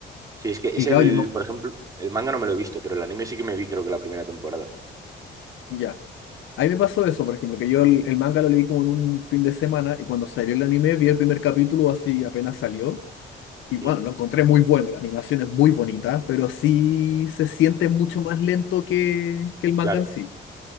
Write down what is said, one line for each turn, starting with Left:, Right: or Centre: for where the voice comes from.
Right: Sí, es que es
Left: Y claro,
Right: el,
Left: yo me.
Right: por ejemplo, el manga no me lo he visto, pero el anime sí que me vi creo que la primera temporada.
Left: Ya. Ahí me pasó eso, por ejemplo, que yo el, el manga lo leí como en un fin de semana y cuando salió el anime vi el primer capítulo así apenas salió. Y bueno,
Right: ¿Mm?
Left: lo encontré muy bueno, la animación es muy bonita, pero sí se siente mucho más lento que, que el manga
Right: Claro.
Left: en sí.